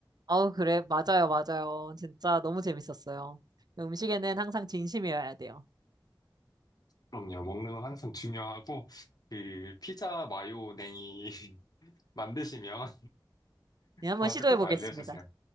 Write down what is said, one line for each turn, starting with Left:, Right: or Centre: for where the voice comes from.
Right: 어, 그래. 맞아요, 맞아요. 진짜 너무 재밌었어요. 음식에는 항상 진심이어야 돼요.
Left: 그럼요, 먹는 건 항상 중요하고 그 피자 마요 냉이 <laughs> 만드시면
Right: 네, 한번
Left: 저한테
Right: 시도해
Left: 꼭
Right: 보겠습니다.
Left: 알려주세요.